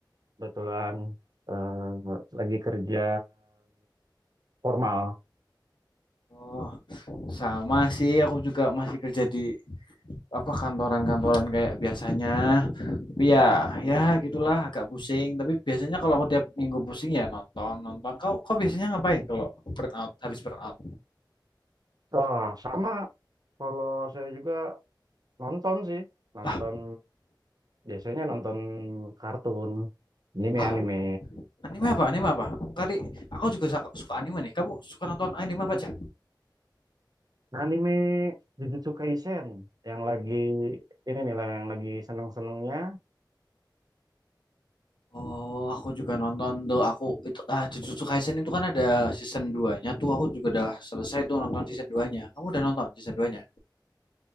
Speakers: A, on the right; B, on the left.
A: kebetulan eh, lagi kerja formal.
B: Oh, sama sih. Aku juga masih kerja di apa kantoran-kantoran kayak biasanya. Tapi ya, ya gitulah, agak pusing. Tapi biasanya kalau aku tiap minggu pusing ya nonton, nonton. Kau, kau biasanya ngapain kalau burnout, habis burnout?
A: Wah, sama. Kalau saya juga nonton sih, nonton
B: Ah,
A: biasanya nonton kartun, anime
B: ah,
A: anime.
B: Anime apa? Anime apa? Kali aku juga sa- suka anime nih. Kamu suka nonton anime apa aja?
A: Anime Jujutsu Kaisen yang lagi ini nih lah yang lagi seneng-senengnya.
B: Oh, aku juga nonton tuh. Aku itu ah Jujutsu Kaisen itu kan ada season dua nya tuh. Aku juga udah selesai tuh nonton season 2-nya. Kamu udah nonton season 2-nya?